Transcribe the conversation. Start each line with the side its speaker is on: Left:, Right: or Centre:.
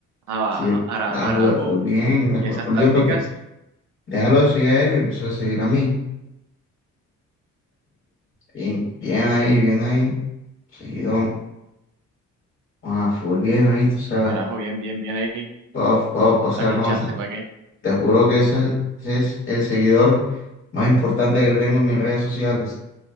Right: abajo,
Left: Sí,
Right: ara-
Left: la
Right: arajo.
Left: jugué full bien, la
Right: Y
Left: jugué
Right: esas
Left: full
Right: tácticas,
Left: bien, porque déjalo de seguir a él y me empezó a seguir a mí. Bien, bien ahí, bien ahí. Seguido, ah, full bien ahí, o sea,
Right: arajo, bien, bien, bien ahí,
Left: buff, buff, o sea,
Right: la clochaste,
Left: no,
Right: ¿para qué?
Left: Te juro que ese es, ese es el seguidor más importante que tengo en mis redes sociales.